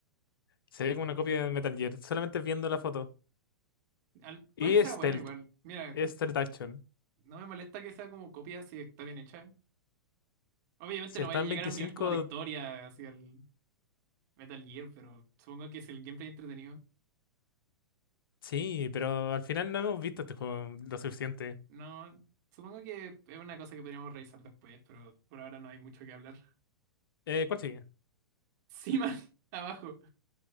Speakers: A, on the left; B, on the right.
A: Se ve como una copia de Metal Gear, solamente viendo la foto.
B: Al- puede
A: Y
B: que sea
A: Stealth,
B: bueno igual. Mira,
A: Stealth Action.
B: no me molesta que sea como copia si está bien hecha. Obviamente
A: Si
B: no
A: está
B: vaya a
A: en
B: llegar
A: 25,
B: a un nivel como de historia hacia el Metal Gear, pero supongo que si el gameplay es entretenido.
A: sí, pero al final no hemos visto este juego lo suficiente.
B: No, supongo que es una cosa que podríamos revisar después, pero por ahora no hay mucho que hablar.
A: Eh, ¿cuál sigue?
B: Seaman, <laughs> abajo.